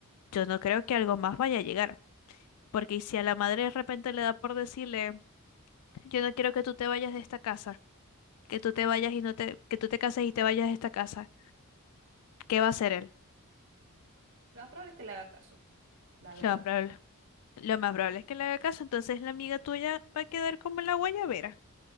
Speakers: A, on the left; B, on the right.
A: yo no creo que algo más vaya a llegar. Porque y si a la madre de repente le da por decirle, yo no quiero que tú te vayas de esta casa, que tú te vayas y no te, que tú te cases y te vayas de esta casa, ¿qué va a hacer él?
B: Lo más probable es que le haga caso, la verdad.
A: Lo más probable, lo más probable es que le haga caso, entonces la amiga tuya va a quedar como la guayabera.